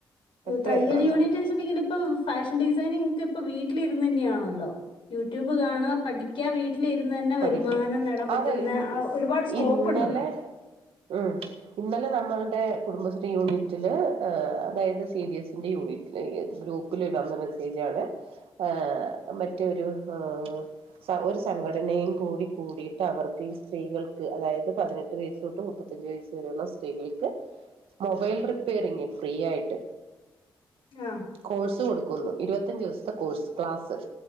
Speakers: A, on the right; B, on the left.
A: എത്ര
B: തയ്യൽ
A: എത്രണ്ണ
B: യൂണിറ്റ് വെച്ച്ണ്ടെങ്കിലിപ്പം ഫാഷൻ ഡിസൈനിങ്ങക്കെ ഇപ്പ വീട്ടിലിരുന്നെന്യ അല്ലോ യൂട്യൂബ് കാണ പഠിക്കാ വീട്ടിലിരുന്ന് തന്നെ വരുമാനം
A: പഠിക്ക
B: നേടാൻ പറ്റുന്ന
A: അതല്ല ഇന്ന്
B: ആഹ് ഒരുപാട് സ്കോപ്പ്
A: ഇന്നലെ
B: ഉണ്ടല്ലോ
A: ഉ ഇന്നലെ നമ്മ മ്മൾടെ കുടുംബശ്രീയൂനിറ്റില് ഏഹ് അതായത് സീഡിയസ്സിന്റെ യൂണിറ്റിലേക്ക് ഗ്രൂപ്പിലിടേണ്ട മെസേജാണ് ആഹ്‌ മറ്റൊരു മ്മ് സങ്ക ഒരുസങ്ക നയും കൂടി കൂടിട്ട് അവർക്ക് ഈ സ്ത്രീകൾക്ക് അതായത് പതിനെട്ട് വയസ് തൊട്ട് മുപ്പത്തഞ്ച് വയസ് വരെയുള്ള സ്ത്രീകൾക്ക് മൊബൈൽ റിപ്പയറിങ്‌ ഫ്രീആയിട്ട്
B: ആഹ്
A: കോഴ്സ് കൊടു ഇരുപത്തിഞ്ച് ദിവസത്തെ കോഴ്സ് ക്ലാസ്സ്